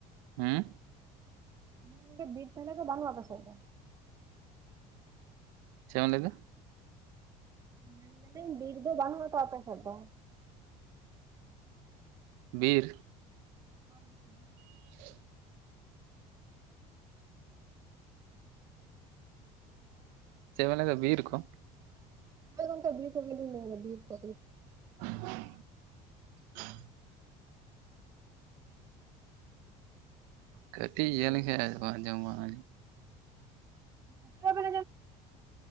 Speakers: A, on the right; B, on the right.
A: ᱦᱩᱸ
B: ᱢᱮᱱᱫᱟ ᱵᱤᱨ ᱛᱷᱟᱞᱮ ᱫᱚ ᱵᱟᱱᱩᱜᱼᱟ ᱟᱯᱮ ᱥᱮᱫ ᱫᱚ?
A: ᱪᱮᱢ ᱞᱟᱹᱭᱫᱟ?
B: ᱢᱮᱱᱫᱟᱹᱞᱤᱧ ᱵᱤᱨ ᱫᱚ ᱵᱟᱹᱱᱩᱜᱼᱟ ᱛᱚ ᱟᱯᱮ ᱥᱮᱫ ᱫᱚ?
A: ᱵᱤᱨ᱾
B: ᱦᱳᱭ ᱵᱤᱨ
A: <inaudible> ᱪᱮᱫ ᱵᱮᱱ ᱞᱟᱹᱭ ᱫᱟ ᱵᱤᱨᱠᱚ?
B: ᱦᱳᱭ ᱜᱚᱝᱠᱮ ᱵᱤᱨ ᱠᱚᱜᱮᱞᱤᱧ ᱞᱟᱹᱭ ᱫᱟ ᱵᱤᱨ ᱠᱚ ᱜᱮ᱾
A: <inaudible> ᱠᱟᱹᱴᱤᱡ
B: ᱦᱮᱞᱳ
A: ᱤᱭᱟᱹ ᱞᱮᱱᱠᱷᱟᱱ ᱟᱫᱚ ᱵᱟᱝ ᱟᱸᱡᱚᱢᱚᱜ-ᱟ
B: <inaudible>